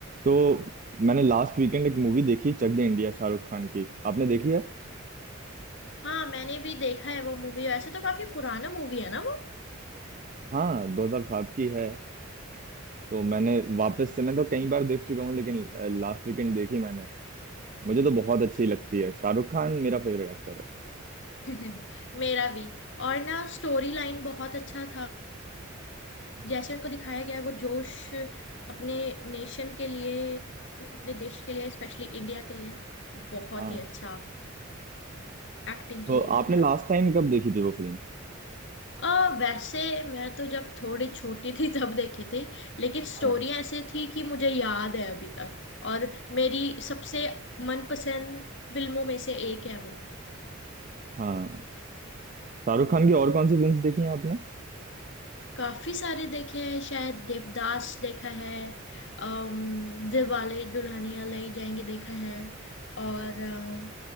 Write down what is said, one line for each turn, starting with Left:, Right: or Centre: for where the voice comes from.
Right: तो मैंने last weekend एक मूवी देखी चक दे इंडिया शाहरुख खान की आपने देखी है
Left: हाँ मैंने भी देखा है वो मूवी वैसे तो काफी पुराना मूवी है ना वो
Right: हाँ 2007 की है तो मैंने वापस से मैं तो कई बार देख चुका हूँ लेकिन लास्ट वीकेंड देखी मैंने मुझे तो बहुत अच्छी लगती है शाहरुख खान मेरा फेवरेट एक्टर
Left: <laughs> मेरा भी और ना स्टोरी लाइन बहुत अच्छा था
Right: है
Left: जैसे उनको दिखाया गया है वो जोश अपने नेशन के लिए अपने देश के लिए स्पेशली इंडिया के लिए बहुत
Right: हाँ
Left: ही अच्छा एक्टिंग
Right: तो
Left: की है
Right: आपने
Left: है
Right: लास्ट
Left: ना
Right: टाइम कब देखी थी वो फिल्म
Left: अ, वैसे मैं तो जब थोड़ी छोटी थी तब देखे थे लेकिन स्टोरी
Right: हाँ
Left: ऐसे थी कि मुझे याद है अभी तक और मेरी सबसे मनपसंद फिल्मों में से एक है वो
Right: हाँ शाहरुख खान की और कौन सी फिल्म्स देखी हैं आपने
Left: काफी सारे देखे हैं शायद देवदास देखा है अम दिलवाले दुल्हनिया ले जाएंगे देखा है और
Right: हाँ
Left: अम,